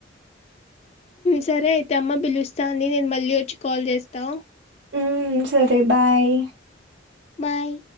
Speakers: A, on the left; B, on the right.
A: సరే అయితే అమ్మ పిలుస్తాంది, నేను మళ్ళీ వచ్చి కాల్ చేస్తా.
B: ఉమ్, సరే బాయ్
A: బాయ్